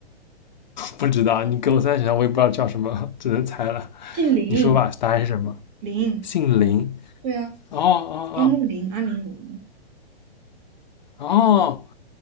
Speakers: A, on the left; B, on the right.
A: 不知道，你给我三想想，我也不知道叫什么，只能猜了。
B: 姓林
A: 你说吧，答案是什么？
B: 林。
A: 姓林。
B: 对啊，
A: 哦哦
B: 双木林，安陵容嘛
A: 哦哦，